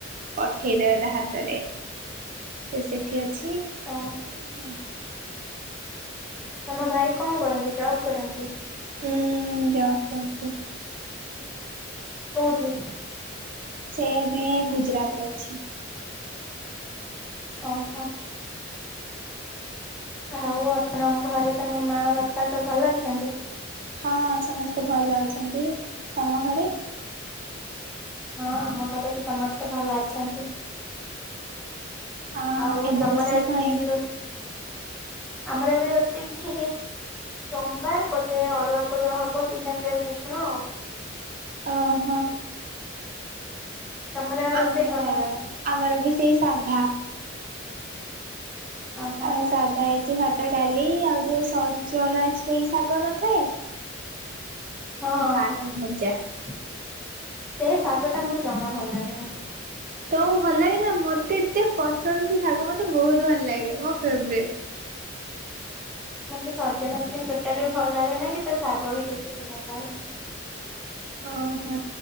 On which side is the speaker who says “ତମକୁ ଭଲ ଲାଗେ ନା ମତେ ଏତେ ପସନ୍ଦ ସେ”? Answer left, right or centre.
Right